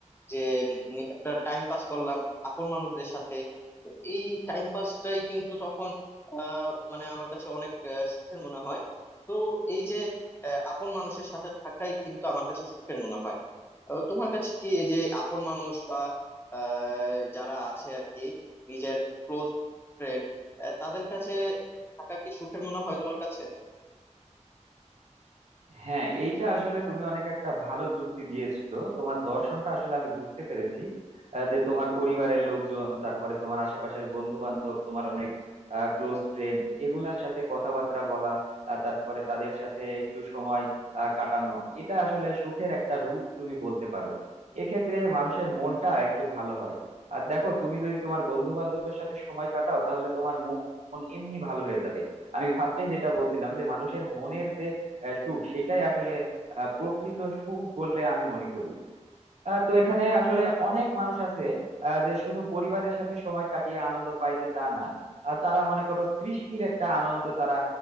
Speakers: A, on the left; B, on the right.
A: যে উম, একটা টাইম পাস করলাম আপন মানুষদের সাথে তো এই টাইম পাসটাই কিন্তু তখন আহ মানে আমার কাছে অনেক আহ, সুখের মনে হয় তো এই যে আহ, আপন মানুষের সাথে থাকাই কিন্তু আমার কাছে সুখের মনে হয় আহ, তোমার কাছে কি এই যে আপন মানুষ বা আহ, যারা আছে আর কি নিজের ক্লোজ ফ্রেন্ড তাদের কাছে থাকা কি সুখের মনে হয় তোমার কাছে
B: হ্যাঁ এইটা আসলে তুমি অনেক একটা ভালো যুক্তি দিয়েছো তোমার দর্শনটা আসলে আমি বুঝতে পেরেছি আহ, যে তোমার পরিবারের লোকজন তারপরে তোমার আশেপাশের বন্ধু বান্ধব তোমার অনেক ক্লোজ ফ্রেন্ড এগুলার সাথে কথাবার্তা বলা আহ, তারপরে তাদের সাথে একটু সময় আহ, কাটানো এটা আসলে সুখের একটা রূপ তুমি বলতে পারো এক্ষেত্রে মানুষের মনটা একটু ভালো হয় আর দেখো তুমি যদি তোমার বন্ধু বান্ধবের সাথে সময় কাটাও তাহলে তোমার মন এমনি ভালো হয়ে যাবে আমি ফার্স্টে যেটা বলছিলাম যে মানুষের মনের যে সুখ সেটাই আসলে আহ প্রকৃত সুখ বলে আমি মনে করি আহ, তো এখানে আসলে অনেক মানুষ আছে আহ, যে শুধু পরিবারের সাথে সময় কাটিয়ে আনন্দ পায় যে তা না আহ, তারা মনে করো সৃষ্টির একটা আনন্দ তারা